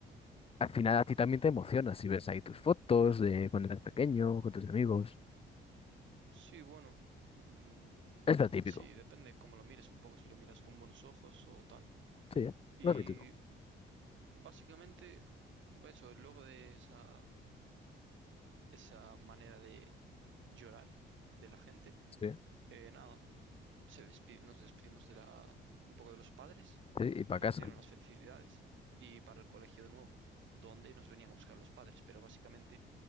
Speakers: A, on the left; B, on the right.
A: Al final a ti también te emocionas si ves ahí tus fotos de cuando eras pequeño, con tus amigos.
B: Sí, bueno, mm,
A: Es lo típico,
B: sí, depende cómo lo mires un poco, si lo miras con buenos ojos o tal.
A: sí, ¿eh?
B: Y
A: lo típico.
B: básicamente, eso, luego de esa, esa manera de llorar de la gente,
A: Sí,
B: eh, nada, se despide- nos despedimos de la, un poco de los padres.
A: sí, y para
B: que
A: casa.
B: nos dieron las felicidades y para el colegio de nuevo, donde nos venían a buscar los padres, pero básicamente